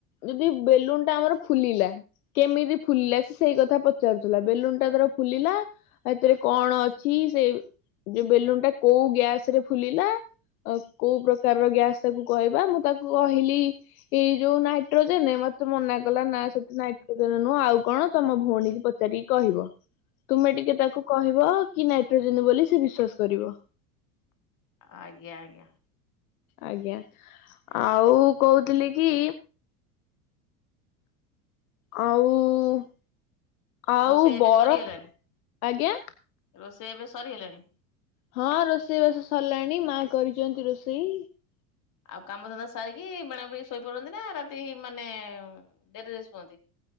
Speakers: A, on the left; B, on the left.
A: ଯଦି ବେଲୁନ୍ ଟା ଆମର ଫୁଲିଲା କେମିତି ଫୁଲିଲା ସେ ସେଇ କଥା ପଚାରୁଥିଲା ବେଲୁନ୍ ଟା ଧର ଫୁଲିଲା ଆଉ ଏଥିରେ କଣ ଅଛି ସେ ଯଉ ବେଲୁନ୍ ଟା କଉ ଗ୍ୟାସ୍ ରେ ଫୁଲିଲା ଅ- କଉ ପ୍ରକାରର ଗ୍ୟାସ୍ ତାକୁ କହିବା ମୁଁ ତାକୁ କହିଲି ଏଇ ଯଉ ନାଇଟ୍ରୋଜେନେ ମତେ ମନା କଲା ନା ସେଠି ନାଇଟ୍ରୋଜେନ୍ ନୁହେଁ ଆଉ କଣ ତମ ଭଉଣୀ କି ପଚ୍ ଚାରିକି କହିବ ତୁମେ ଟିକେ ତାକୁ କହିବ କି ନାଇଟ୍ରୋଜେନ୍ ବୋଲି ସେ ବିଶ୍ଵାସ କରିବ।
B: ଆଜ୍ଞା -ଆଜ୍ଞା।
A: ଆଜ୍ଞା ଆଉ କହୁଥିଲି କି ଆଉ- ଆଉ
B: ରୋଷେଇ ଏବେ
A: ବରଫ୍-
B: ସରିଗଲାଣି?
A: ଆଜ୍ଞା।
B: ରୋଷେଇ ଏବେ ସରିଗଲାଣି?
A: ହଁ ରୋଷେଇବାସ ସରିଲାଣି ମା କରିଚନ୍ତି ରୋଷେଇ।
B: ଆଉ କାମଧନ୍ଦା ସାରିକି ବେଣାବି ଶୋଇପଡନ୍ତି ନା ରାତି ମାନେ ଡେରିରେ ଶୁଅନ୍ତି?